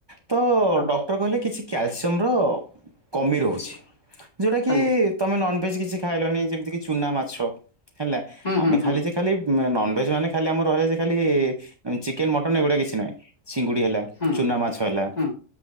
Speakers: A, on the right (about 35°); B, on the left (about 30°).
A: ତ
B: ହଁ
A: ଡକ୍ଟର କହିଲେ କିଛି। କ୍ୟାଲସିୟମ ର କମି ରହୁଛି। ଯୋଉଟା କି
B: ଆଜ୍ଞା
A: ତମେ ନନ ଭେଜ କିଛି ଖାଇଲନି ଯେମିତି କିି ଚୁନା ମାଛ। ହେଲା
B: ହୁଁ
A: ଆମେ
B: ହୁଁ ହୁଁ
A: ଖାଲି ଯେ ଖାଲି ଉ ନନଭେଜ ମାନେ ଖାଲି ଆମର ରହିଲା ଯେ ଖାଲି ଆଁ ଚିକେନ ମଟନ ଏଗୁଡା କିଛି ନାହିଁ ଚିଙ୍ଗୁଡି ହେଲା।
B: ହୁଁ ହୁଁ
A: ଚୁନା ମାଛ ହେଲା
B: ହୁଁ ହୁଁ